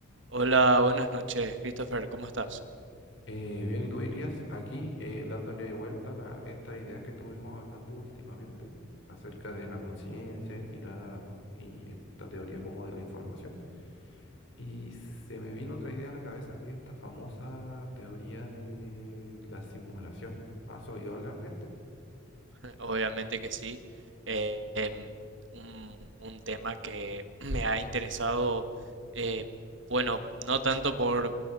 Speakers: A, on the right (about 65°); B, on the left (about 60°).
A: Hola, buenas noches, Christopher, ¿cómo estás?
B: Eh, bien, y tú Elías, aquí eh, dándole vuelta a la- estas ideas que estuvimos hablando últimamente acerca de la conciencia y, la, y esta teoría como de la información. Y se me vino otra idea a la cabeza que es esta famosa teoría de la simulación. ¿Has oído hablar de esto?
A: <laughs> Obviamente que sí. Eh, em, un, un tema que <clears throat> me ha interesado, eh, bueno, no tanto por,